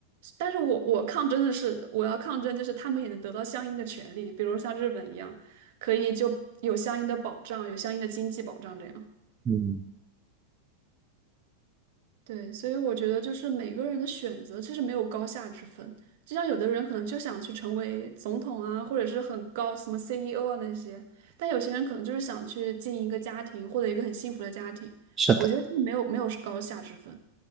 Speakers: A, on the right; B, on the right.
A: 但是我我抗争的是，我要抗争就是他们也能得到相应的权利，比如像日本一样，可以就有相应的保障，有相应的经济保障这样。
B: 嗯，
A: 对，所以我觉得就是每个人的选择其实没有高下之分，就像有的人可能就想去成为总统啊，或者是很高什么 CEO 啊那些，但有些人可能就是想去经营一个家庭，获得一个很幸福的家庭。
B: 是的，
A: 我觉得这没有没有是高下之分，